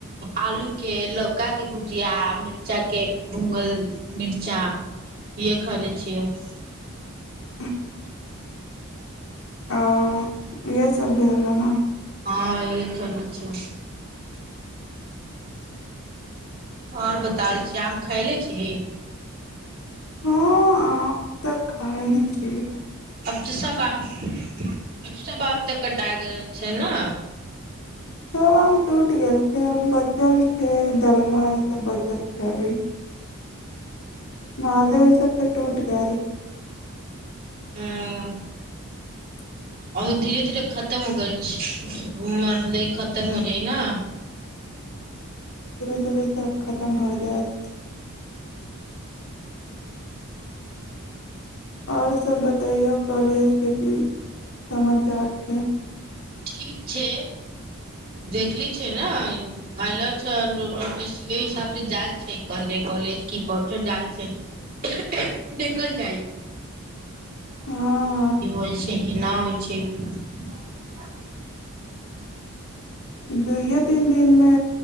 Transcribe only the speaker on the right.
आलू के लौका के भुजिया मिर्चा के भूंगल मिर्चा य ख ले छियै <unintelligible>
हँ ई खलू छै और बताल छी आम खायले छी
अब त सब आम हब आम तऽ कटाए गेल छै ने
हँ
आब धीरे धीरे खतम हो गेल छै मालद खतम हो जाइ ने
ठीक छै देखले छै ने अल <unintelligible> हिसाब से जायल छै के कले की प जाल छै <unintelligible>
निकल जाइ
की होइ छै कि नहि होइ छै